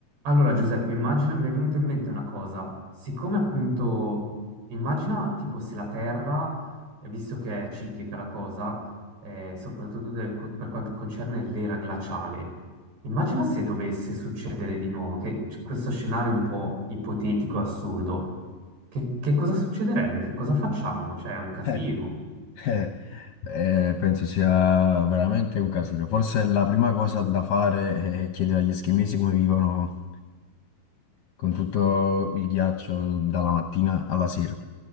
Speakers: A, on the right (about 65°); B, on the left (about 70°).
A: Allora, Giuseppe, immagina, mi è venuta in mente una cosa. Siccome appunto, immagina tipo se la Terra, eh, visto che è ciclica la cosa, eh, soprattutto del- per quanto concerne l'era glaciale, immagina se dovesse succedere di nuovo, che c- questo scenario è un po' ipotetico, assurdo, che, che cosa succederebbe? Che cosa facciamo? Cioè, è un casino.
B: Eh, eh, eh, penso sia veramente un casino. Forse la prima cosa da fare è chiedere agli eschimesi come vivono con tutto il ghiaccio dalla mattina alla sera.